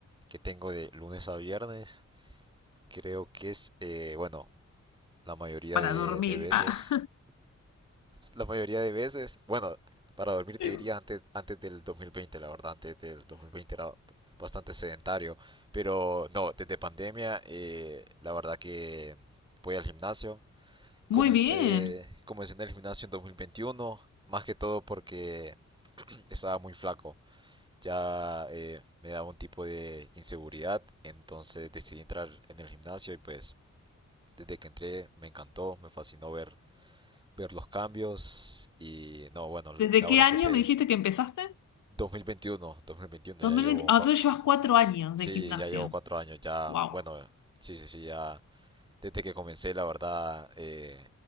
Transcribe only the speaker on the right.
que tengo de lunes a viernes, creo que es, eh, bueno, la mayoría
de,
de veces.
La mayoría de veces, bueno, para dormir te
diría antes, antes del 2020, la verdad, antes del 2020 era bastante sedentario, pero no, desde pandemia, eh, la verdad que voy al gimnasio.
Comencé,
comencé en el gimnasio en 2021, más que todo porque estaba muy flaco. ya eh, me daba un tipo de inseguridad, entonces decidí entrar en el gimnasio y pues desde que entré me encantó, me fascinó ver, ver los cambios y no, bueno,
la
verdad
que te...
dos dos mil veintiuno dos mil veintiuno
ya llevo,
cua-
sí,
ya llevo cuatro años, ya,
bueno, sí, sí, sí, ya desde que comencé la verdad eh,